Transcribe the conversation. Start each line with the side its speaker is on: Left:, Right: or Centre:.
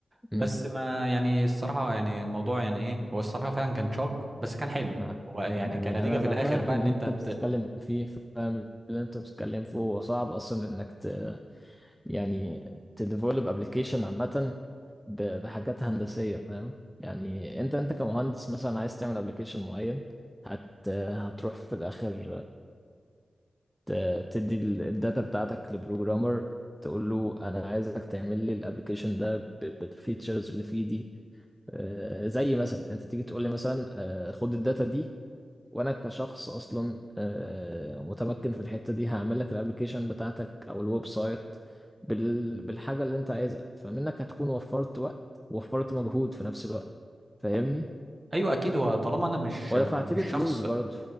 Right: بس
Centre: امم
Right: ما يعني الصراحة يعني الموضوع يعني إيه هو الصراحة فعلا كان شاق بس كان حلو
Centre: آه.
Right: هو يعني
Centre: يعني
Right: كنتيجة
Centre: انا
Right: في
Centre: انا
Right: الآخر
Centre: فاهم
Right: بقى إن
Centre: اللي
Right: أنت
Centre: انت بتتكلم فيه فاهم اللي انت بتتكلم فيه هو صعب اصلا انك ت يعني تديفلوب ابلكيشن عامة ب- بحاجات هندسية فاهم يعني انت انت كمهندس مثلا عايز تعمل ابلكيشن معين هت هتروح في الاخر ت- تدي ال- الداتا بتاعتك لبروجرامر تقول له انا عايزك تعمل لي الابلكيشن ده ب- بالفيتشرز اللي فيه دي آه، زي مثلا انت تيجي تقول لي مثلا آه، خد الداتا دي وانا كشخص اصلا آه، متمكن في الحتة دي هعمل لك الابلكيشن بتاعتك او الويب سايت بال- بالحاجة اللي انت عايزها فمنك هتكون وفرت وقت ووفرت مجهود في نفس الوقت فاهمني
Right: ايوه اكيد هو طالما انا مش
Centre: ودفعت
Right: مش
Centre: لي فلوس
Right: شخص
Centre: برضه